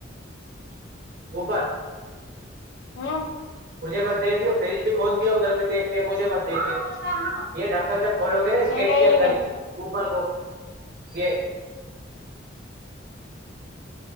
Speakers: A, on the right; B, on the left.
A: اوپر
B: ہاں
A: مجھے مت دیکھ لیا فریج بھی کھول دیا ادھر بھی دیکھ لیا مجھے مت دیک لیا یہ ڈھکن جب ف لو کے نا اس
B: یہ
A: گیٹ
B: نہیں
A: کے اندر ہی ہے اوپر کو ج